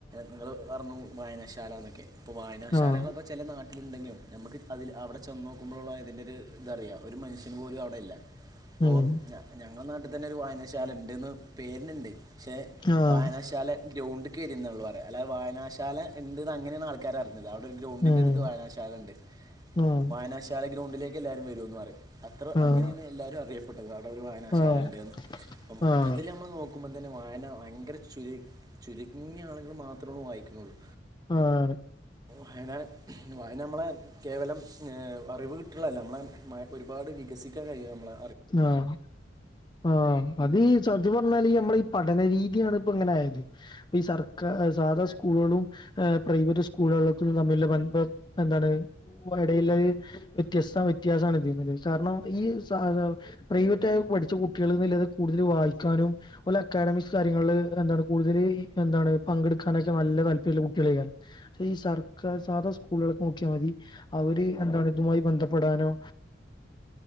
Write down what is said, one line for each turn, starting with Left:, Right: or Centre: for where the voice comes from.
Right: നിങ്ങൾ പറഞ്ഞു വായനാശാല എന്നൊക്കെ ഇപ്പോൾ വായനാശാലകളൊക്കെ
Left: ആഹ്
Right: ചില നാട്ടിൽ ഒള്ളൂ ഉണ്ടെങ്കിലും നമുക്ക് അതിൽ അവിടെ ചെന്ന് നോക്കുമ്പോഴുള്ള ഇതിൻ്റെ ഒരു ഇതറിയാം ഒരു മനുഷ്യന് പോലും അവിടെ ഇല്ല അപ്പോൾഞ
Left: ഉം
Right: ഞങ്ങളുടെ നാട്ടിൽ തന്നെ ഒരു വായനാശാല ഉണ്ടന്ന് പേരിനുണ്ട് പക്ഷേ
Left: ആഹ്
Right: വായനാശാല ഗ്രൗണ്ട് ഗ്രൗണ്ട് ഉണ്ട് എന്നള്ളൂ പറയാ അല്ലത വായനാശാല ഉണ്ട് അങ്ങനെയ ആൾക്കാർ അറിയില്ല ത് അവിടെ ഒരു ഗ്രൗണ്ടിൻ്റെ
Left: ഉം
Right: അടുത്ത് വായനാശാല ഉണ്ട്
Left: ആഹ്
Right: വായനാശാല ഗ്രൗണ്ടിലേക്ക് എല്ലാവരും വരുമന്ന് പറയും അത്ര
Left: ആഹ്
Right: അങ്ങനെയാണ് എല്ലാരും അങ്ങനെയാണ് എല്ലാവരും അറിയപ്പെട്ടത് അവിടെ ഒരു വായനാശാല
Left: ആഹ്
Right: ഉണ്ട്ന്ന് അപ്പൊ മൊത്തത്തിൽ
Left: ആഹ്
Right: നമ്മൾ നോക്ക ഇപ്പോ തന്നെ വായന ഭയങ്കര ചുരുങ്ങിയ ആളുകൾ മാത്രമേ ഉള്ളൂ വായിക്കുന്നുള്ളൂ
Left: ആഹ
Right: വായന വായന നമ്മളെ കേവലം അറിവ് കിട്ടുള്ളല്ല നമ്മളെ ഒരുപാട് വികസിക്കാൻഴയിയ നമ്മള്
Left: ആഹ ആഹ അത് ഈ സത്യം പറഞ്ഞാല് നമ്മളെ ഈ പഠനരീതിയാണ് ഇപ്പോ ഇങ്ങനെയയത് ഈ സർക്കാ സാധാ സ്ൂ പ്രൈവറ്റ് സ്കൂളുകും തമ്മിൽ ഉള്ള ബന്ധം എന്താണ് ഇടയിൽ ഒരു വ്യത്യസ വ്യത്യാസമാണ് ഇട്ടിരുന്നത് കാരണം ഈ പ്രൈവറ്റ് ആയി പഠിച്ച കുട്ടികൾന്നല്ലാതെ കൂടുതൽ വായിക്കാനും ഓലെ അക്കാഡമിക്സ് കാര്യങ്ങളിൽ എന്താണ് ക കൂടുതൽ എന്താണ് പങ്കെടുക്കാനൊക്കെ നല്ല താല്പര്യമില്ല കുട്ടികൾ ചെയ്യാൻ പക്ഷെ ഈ സർക്കാ സാധാ സ്കൂളുകൾ നോക്കിയ മതി അവര് എന്താണ് ഇതുമായി ബന്ധപ്പെടാനോ